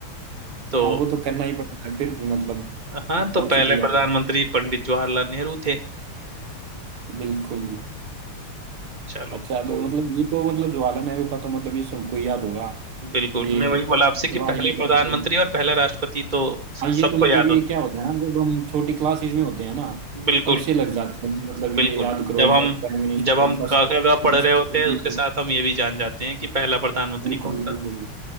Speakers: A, on the right; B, on the right.
A: तो
B: हाँ वो तो करना ही पड़ता है फिर भी मतलब
A: हाँ तो
B: सोच
A: पहले
B: ही लिया
A: प्रधानमंत्री
B: मैंने
A: पंडित जवाहरलाल नेहरू थे
B: बिल्कुल
A: चलो
B: अच्छा
A: तो
B: तो मतलब ये तो मतलब जवाहरलाल नेहरू का तो मतलब ये सबको याद होगा
A: बिल्कुल
B: ये
A: मैं वही बोला आपसे
B: इसके
A: कि
B: बारे
A: पहला
B: में तो
A: प्रधानमंत्री
B: मतलब
A: और पहला राष्ट्रपति तो
B: हाँ ये
A: सबको
B: तो मतलब
A: याद
B: ये
A: होता
B: क्या होता है ना जब हम छोटी क्लासेस में होते हैं ना
A: बिल्कुल
B: तब से लग जाते हैं कि मतलब
A: बिल्कुल
B: ये याद करो
A: जब हम
B: first prime minister
A: जब हम
B: first
A: का का का पढ़
B: first
A: रहे होते हैं
B: lady
A: उसके साथ हम ये भी जान जाते हैं कि पहला प्रधानमंत्री
B: बिल्कुल
A: कौन था
B: बिल्कुल